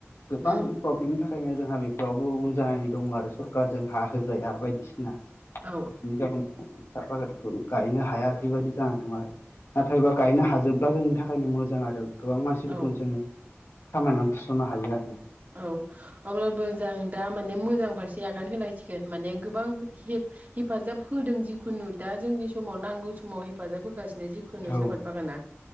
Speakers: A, on the left; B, on the right.
A: गोबां
B: उम
A: प्रब्लेमनि थाखायनो जोंहा बेफोराव बो उन जानानै दङ आरो सरखारजों हा होजाया बायदिसिना
B: औ
A: बेफोरनि जावनाव ओम साहा बागानखौ गायनो हाया बेबायदि जानानै दं आरो नाथायबा गायनो हाजोबब्ला जोंनि था थाखायनो मोजां आरो गोबां मानसिफोरखौ
B: औ
A: जोङो खामानियाव थिसननो हायो आरो।
B: औ अब्लाबो जों दा माने मोजां फारसे आगान होनांसिगोन माने गोबां हेब हेफाजाब होदों जिखुनु दा जोंनि समाव नांगौ समाव हेफाजाब होगासिनो जिखु नु सापात
A: औ
B: बागाना